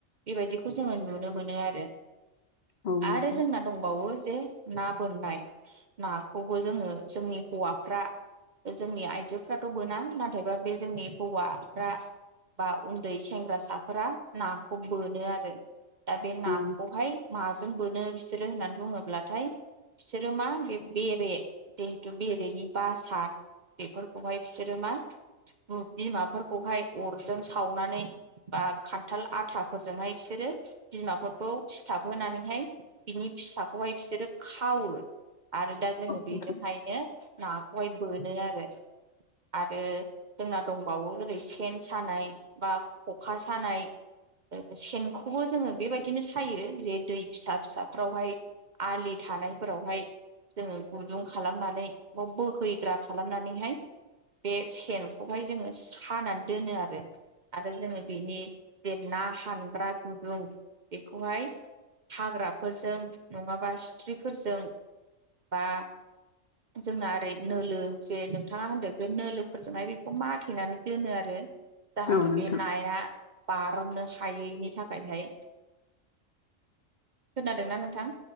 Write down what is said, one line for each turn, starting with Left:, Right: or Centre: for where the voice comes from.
Right: बेबायदिखौ जोङो नुनो मोनो आरो
Left: औ नोंथां
Right: आरो
Left: औ नोंथां
Right: जोंना दंबावो जे ना बोननाय नाखौबो जोङो जोंनि हौवाफ्रा जोंनि आइजोफ्राथ' बोना नाथायबा बे जोंनि हौवाफ्रा बा उन्दै सेंग्रासाफोरा नाखौ बोनो आरो दा बे नाखौहाय
Left: औ
Right: माजों जों बोनो बिसोरो होननानै बुङोब्लाथाय बिसोरो मा होन बे बेरे जिहेथु बेरेनि बासा बेफोरखौहाय बिसोरो मा बुब बिमाफोरखौहाय अरजों सावनानै बा खान्थाल आथाफोरजोंहाय बिसोरो बिमाफोरखौ सिथाबहोनानै हाय बिनि फिसाखौहाय बिसोरो खावो आरो दा जोङो बेजोंहायनो
Left: नोंथां
Right: ना खौहाय बोनो आरो आरो जोंना दंबावो ओरै सेन सानाय बा खखा सानाय सेनखौबो जोङो बेबायदिनो सायो जे दै फिसा फिसाफ्रावहाय आलि थानायफोरावहाय जोङो गुदुं खालामनानै बाव बोहैग्रा खालामनानैहाय बे सेनखौहाय जोङो सानानै दोनो आरो आरो जोङो बेनि जे ना हानग्रा गुदुं बेखौहाय हाग्राफोरजों नङाबा सिथ्रिफोरजों बा जोंना ओरै नोलो जे नोंथाङा होनदों बे नोलोफोरजोंहाय बेखौ माथेनानै दोनो आरो जाहाथे
Left: औ नोंथां
Right: बे नाया बार'ननो हायैनि थाखायहाय खोनादोंना नोंथां